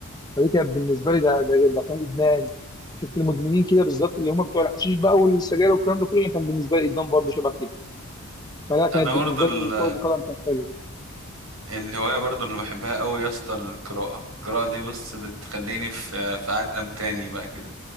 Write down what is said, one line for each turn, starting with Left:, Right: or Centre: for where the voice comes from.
Left: فدي كانت بالنسبه لي ده ده ده كان ادمان شفت المدمنين كده بالظبط اللي هم بتوع الحشيش بقى والسجاير والكلام ده كله كان بالنسبه لي ادمان برضه شبه كده فلا كانت
Right: انا
Left: بالنسبه
Right: برضه ال-
Left: لي كره القدم كانت حلوه
Right: الهوايه برضه اللي بحبها قوي يا اسطى القراءه القراءه دي بص بتخليني في في عالم تاني بقى كده